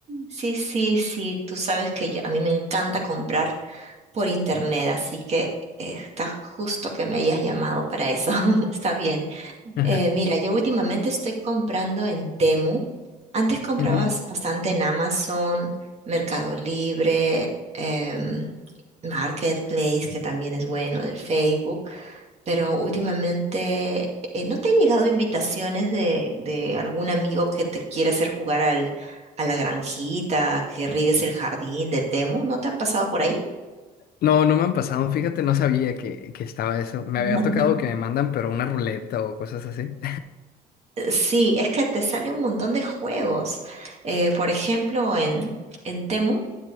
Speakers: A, on the right; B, on the left.
A: Sí, sí, sí, tú sabes que yo, a mí me encanta comprar por internet, así que eh, está justo que me hayas llamado para eso. <laughs> Está bien.
B: <laughs>
A: Eh, mira, yo últimamente estoy comprando en Temu. Antes comprabas
B: Ujú.
A: bastante en Amazon, Mercado Libre, em, Marketplace, que también es bueno, del Facebook. Pero últimamente, eh, ¿no te han llegado invitaciones de, de algún amigo que te quiere hacer jugar al, a la granjita, que riegues el jardín de Temu? ¿No te han pasado por ahí?
B: No, no me han pasado, fíjate, no sabía que, que estaba eso. Me
A: <laughs>
B: había tocado que me mandan, pero una ruleta o cosas así.
A: Sí, es que te sale un montón de juegos. Eh, por ejemplo, en, en Temu,